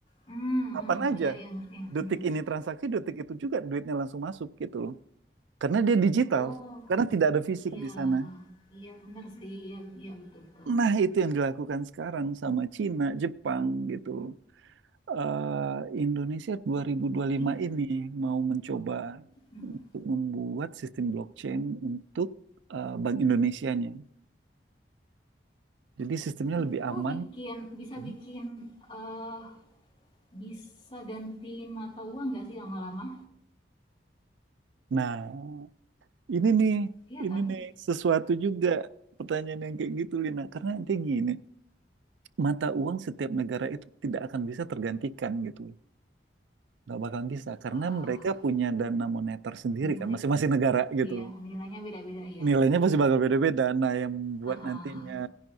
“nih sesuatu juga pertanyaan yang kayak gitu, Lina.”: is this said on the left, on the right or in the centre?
Right